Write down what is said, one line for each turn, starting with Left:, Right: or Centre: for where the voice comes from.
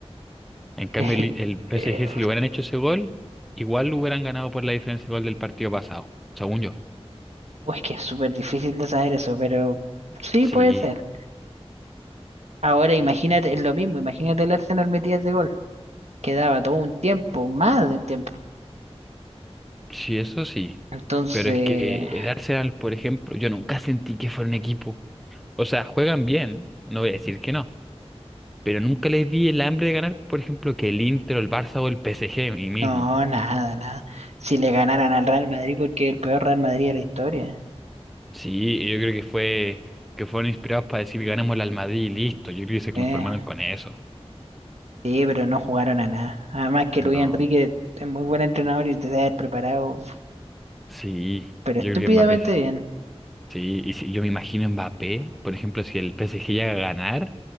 Centre: En cambio,
Right: es-
Centre: el, el PSG,
Right: eh,
Centre: si le hubieran hecho ese gol, igual lo hubieran ganado por la diferencia de gol del partido pasado, según yo.
Right: pues que es súper difícil de saber eso, pero sí
Centre: Sí,
Right: puede ser. Ahora imagínate, es lo mismo, imagínate el Arsenal metía ese gol, que daba todo un tiempo, más de un tiempo.
Centre: sí, eso sí.
Right: Entonces,
Centre: Pero es que el Arsenal, por ejemplo, yo nunca sentí que fuera un equipo. O sea, juegan bien, no voy a decir que no, pero nunca les vi el hambre de ganar, por ejemplo, que el Inter o el Barça o el PSG mí mismo.
Right: no, nada, nada. Si le ganaran al Real Madrid, porque es el peor Real Madrid de la historia.
Centre: Sí, y yo creo que fue que fueron inspirados para decir ganemos el al Madrid y listo. Yo creo que se conformaron
Right: Eh,
Centre: con eso.
Right: sí, pero no jugaron a nada. Además que
Centre: No.
Right: Luis Enrique es muy buen entrenador y te debe haber preparado,
Centre: Sí,
Right: pero
Centre: yo
Right: estúpidamente
Centre: creo que Mbappé.
Right: bien.
Centre: Sí, y si yo me imagino Mbappé, por ejemplo, si el PSG llega a ganar,